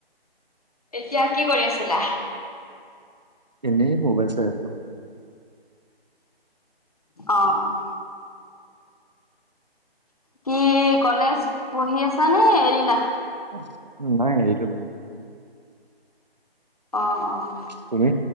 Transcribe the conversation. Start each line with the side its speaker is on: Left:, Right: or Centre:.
Left: এতিয়া কি কৰি আছিলা?
Right: এনেই মোবাইল চাই আছিলোঁ।
Left: অ', অ', কি কলেজ পঢ়ি আছ নে এৰিলা?
Right: উম, নাই এৰিলো।
Left: অ', অ',
Right: তুমি?